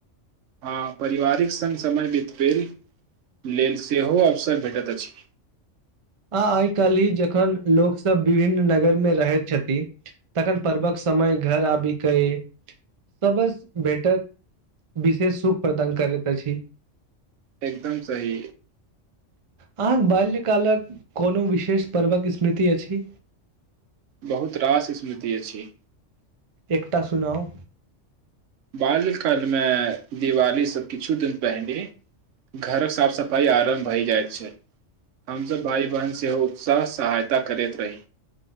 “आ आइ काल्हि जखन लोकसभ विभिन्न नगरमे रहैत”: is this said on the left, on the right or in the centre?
Right